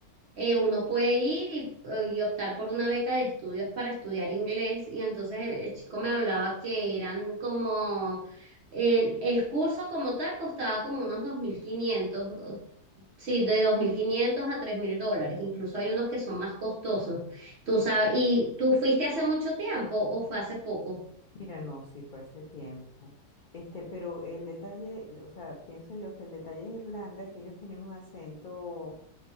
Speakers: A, on the right; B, on the left.
A: eh, uno puede ir y, eh, y optar por una beca de estudios para estudiar inglés. Y entonces el, el chico me hablaba que eran como, el, el curso como tal costaba como unos 2.500, o- sí, de 2.500 a 3.000 dólares. Incluso hay unos que son más costosos. Tú sabes, ¿y tú fuiste hace mucho tiempo o fue hace poco?
B: Mira, no, sí fue hace tiempo. Este, pero el detalle, o sea, pienso yo que el detalle de Irlanda es que ellos tienen un acento